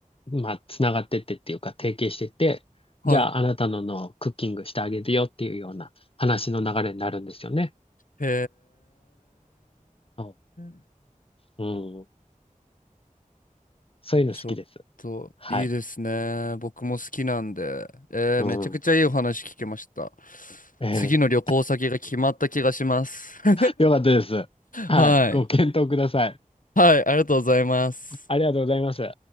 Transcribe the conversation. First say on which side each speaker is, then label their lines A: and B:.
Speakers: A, on the left; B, on the left.
A: まあ、つながってってっていうか、提携してて、
B: はい。
A: じゃあ、あなたののクッキングしてあげるよっていうような話の流れになるんですよね。
B: へ
A: そ
B: え。
A: ううん。そういうの好きです。
B: ちょっといいですね。
A: はい。
B: 僕も好きなんで。えー、
A: うん。
B: めちゃくちゃいいお話聞けました。
A: ええ
B: 次の旅行先が決まった気がします。<laughs>
A: よかったです。はい。
B: はい。
A: ご検討ください。
B: はい、ありがとうございます。
A: ありがとうございます。